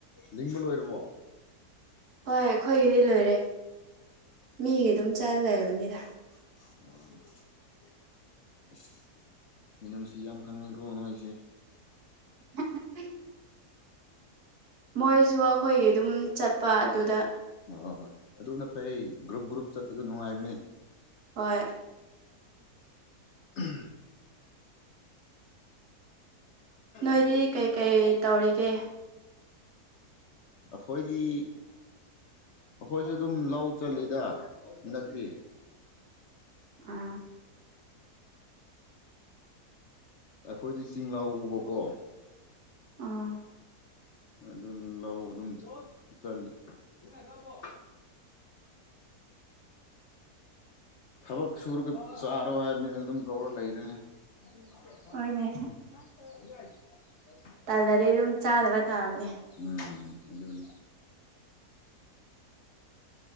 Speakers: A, on the left; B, on the right.
A: ꯂꯤꯡꯕ ꯂꯣꯏꯔꯕꯣ
B: ꯍꯣꯏ ꯑꯩꯈꯣꯏꯒꯤꯗꯤ ꯂꯣꯏꯔꯦ ꯃꯤꯒꯤ ꯑꯗꯨꯝ ꯆꯥ ꯂꯩꯔꯕꯅꯤꯗ
A: ꯑ ꯑꯁ ꯃꯤꯅꯨꯡꯁꯤ ꯌꯥꯝ ꯈꯪꯉꯤꯀꯣ ꯅꯣꯏꯁꯦ
B: <inaudible> ꯃꯣꯏꯁꯨ ꯑꯩꯈꯣꯏꯒꯤ ꯑꯗꯨꯝ ꯆꯠꯄ ꯑꯗꯨꯗ
A: ꯍꯣꯏ ꯍꯣꯏ ꯍꯣꯏ ꯑꯗꯨ ꯅ ꯐꯩ ꯒ꯭ꯔꯨꯞ ꯒ꯭ꯔꯨꯞ ꯆꯠꯄꯁꯨ ꯅꯨꯡꯉꯥꯏꯕꯅꯦ
B: ꯍꯣꯏ
A: ꯎꯝ
B: ꯅꯣꯏꯗꯤ
A: ꯂꯂꯦꯝꯔꯄꯣꯗ
B: ꯀꯩꯀꯩ
A: ꯂꯄꯣꯗ
B: ꯇꯧꯔꯤꯒꯦ
A: ꯕꯥꯗꯂꯊꯊ ꯈꯣꯏꯗꯤ ꯑꯩꯈꯣꯏꯁꯨ ꯑꯗꯨꯝ ꯂꯎ ꯆꯠꯂꯤꯗ ꯍꯟꯗꯛꯇꯤ
B: ꯑꯥ
A: ꯑꯩꯈꯣꯏꯗꯤ ꯆꯤꯡꯂꯥꯎ ꯎꯕꯀꯣ
B: ꯑꯥ
A: ꯑꯗꯨ ꯂꯧ ꯑꯗꯨꯝ ꯆꯜꯂꯤ ꯍꯒ ꯀꯣ ꯊꯕꯛ ꯁꯨꯔꯒ ꯆꯥꯔꯣ ꯍꯥꯏꯕꯅꯤꯅ ꯑꯗꯨꯝ ꯇꯧꯔ ꯂꯩꯔꯅꯤ ꯎꯝꯦ
B: ꯍꯣꯏꯅꯦ
A: <inaudible>
B: ꯇꯜꯂꯗꯤ ꯑꯗꯨꯝ ꯆꯥꯗꯕ ꯇꯥꯕꯅꯦ
A: ꯎꯝ ꯑꯗꯨꯅꯤ